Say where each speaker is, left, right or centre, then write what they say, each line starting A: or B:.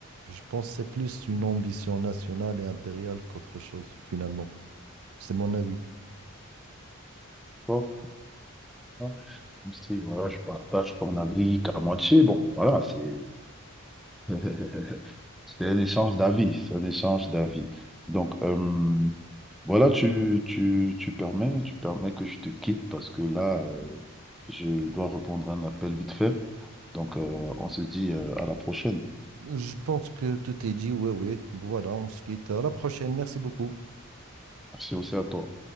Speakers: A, on the right; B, in the centre.
A: je pense que c'est plus une ambition nationale et impériale qu'autre chose finalement. C'est mon avis.
B: oh, oh. Même Si voilà, je partage ton avis qu'à moitié, bon, voilà, c'est... <laughs> C'est un échange d'avis, c'est un échange d'avis. Donc, euh, voilà, tu, tu, tu permets, tu permets que je te quitte parce que là, euh, je dois répondre à un appel vite fait. Donc, euh, on se dit euh, à la prochaine.
A: Je pense que tout est dit. Oui, oui. Voilà, on se quitte. À la prochaine. Merci beaucoup.
B: Merci aussi à toi.